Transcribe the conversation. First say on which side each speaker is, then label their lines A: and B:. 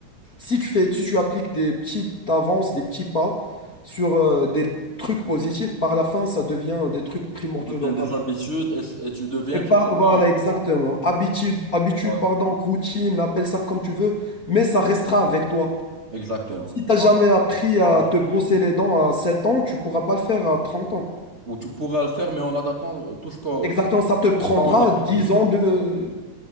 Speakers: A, on the left; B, on the right.
A: si tu fais, si tu appliques des petites avances, des petits pas sur euh, des trucs positifs, par la fin, ça devient des trucs primordiaux
B: ça
A: dans
B: devient
A: ta
B: des
A: vie.
B: habitudes et, et tu deviens
A: Et par,
B: finalement.
A: voilà, exactement. Habitude, habitude,
B: Voilà.
A: pardon, routine, appelle ça comme tu veux, mais ça restera avec toi.
B: Exactement.
A: Si t'as jamais appris à
B: Voilà.
A: te brosser les dents à 7 ans, tu pourras pas le faire à 30 ans.
B: Ou tu pourrais le faire, mais en adaptant euh, tout ce qu'on
A: Exactement, ça te prendra
B: tout on a
A: 10
B: parlé, tu
A: ans
B: vois.
A: de... de-